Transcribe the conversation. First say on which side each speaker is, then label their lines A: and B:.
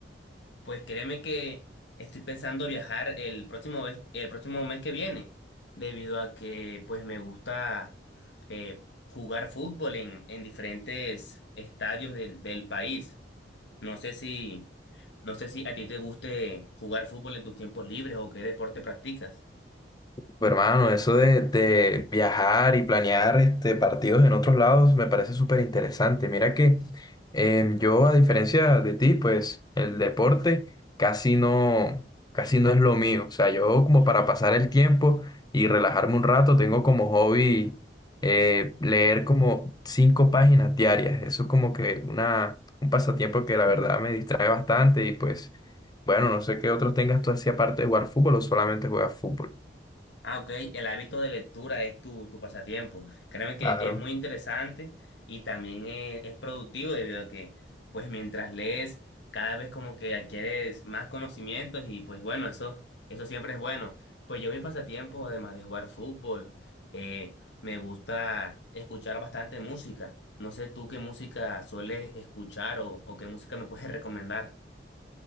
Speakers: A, on the left (about 85°); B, on the left (about 25°).
A: Pues créeme que estoy pensando viajar el próximo mes, el próximo mes que viene, debido a que pues me gusta eh, jugar fútbol en, en diferentes estadios del, del país. No sé si, no sé si a ti te guste jugar fútbol en tus tiempos libres o qué deporte practicas.
B: Pues, Hermano, eso de, de viajar y planear este, partidos en otros lados me parece súper interesante. Mira que em, yo, a diferencia de ti, pues el deporte casi no, casi no es lo mío. O sea, yo como para pasar el tiempo y relajarme un rato, tengo como hobby eh, leer como cinco páginas diarias. Eso es como que una, un pasatiempo que la verdad me distrae bastante y pues, bueno, no sé qué otros tengas tú así aparte de jugar fútbol o solamente juegas fútbol.
A: Ah, ok, el hábito de lectura es tu, tu pasatiempo. Créeme que
B: Claro.
A: es muy interesante y también es, es productivo debido a que, pues mientras lees, cada vez como que adquieres más conocimientos y pues bueno, eso, eso siempre es bueno. Pues yo mi pasatiempo, además de jugar fútbol, eh, me gusta escuchar bastante música. No sé tú qué música sueles escuchar o, o qué música me puedes <laughs> recomendar.